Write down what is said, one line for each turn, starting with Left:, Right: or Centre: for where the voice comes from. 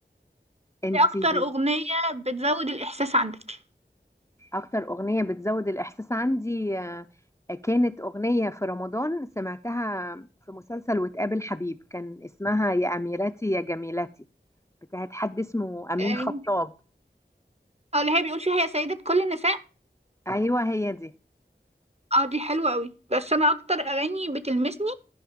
Left: انتي
Right: ايه اكتر اغنيه بتزود الاحساس عندك
Left: اكتر اغنيه بتزود الاحساس عندي آه، كانت اغنيه في رمضان سمعتها في مسلسل وتقابل حبيب كان اسمها يا اميرتي يا جميلتي بتاعت حد اسمه امين
Right: اه
Left: خطاب
Right: آه، اللي هي بيقول فيها يا سيده كل النساء
Left: ايوه هي دي
Right: اه دي حلوه قوي بس انا اكتر اغاني بتلمسني